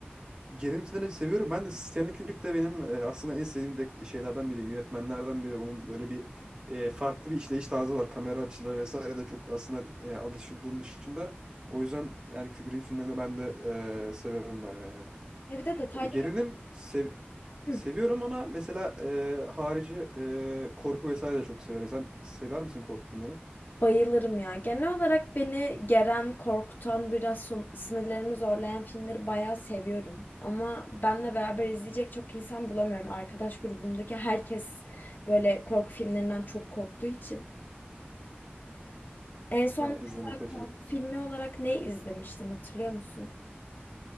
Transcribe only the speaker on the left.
He, bir de detayları
Hı.
Bayılırım ya. Genel olarak beni geren, korkutan, biraz son- sınırlarımı zorlayan filmleri bayağı seviyorum. Ama benle beraber izleyecek çok insan bulamıyorum. Arkadaş grubumdaki herkes böyle korku filmlerinden çok korktuğu için. En son
korku filmi olarak ne izlemiştin hatırlıyor musun?